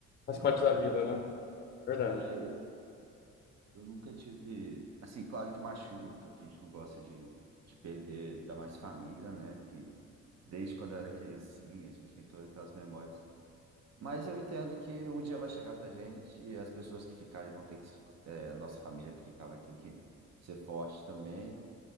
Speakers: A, on the left (about 35°); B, on the right (about 60°).
A: Faz
B: Eu
A: parte da
B: não
A: vida, né? Verdade,
B: é, eu, eu nunca tive. Assim, claro que machuca, a gente não gosta de, de perder, ainda mais família, né? Que desde quando era criancinha, a gente tem todas aquelas memórias. Mas eu entendo que um dia vai chegar pra gente e as pessoas que ficarem vão ter que. se- É, a nossa família que ficar vai ter que ser forte também.